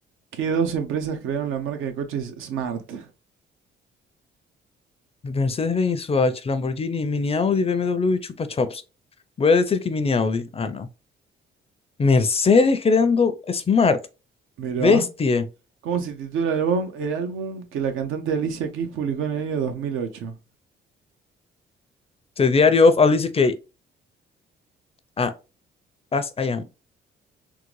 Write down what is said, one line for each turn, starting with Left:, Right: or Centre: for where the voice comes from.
Right: ¿Qué dos empresas crearon la marca de coches Smart?
Left: Mercedes-Benz, Swatch, Lamborghini, Mini Audi, BMW y Chupa Chups. Voy a decir que Mini Audi. Ah, no. Mercedes creando Smart.
Right: Mirá.
Left: Bestie.
Right: ¿Cómo se titula el álbum, el álbum que la cantante Alicia Keys publicó en el año 2008?
Left: The Diary of Alice Kay. Ah, as I am.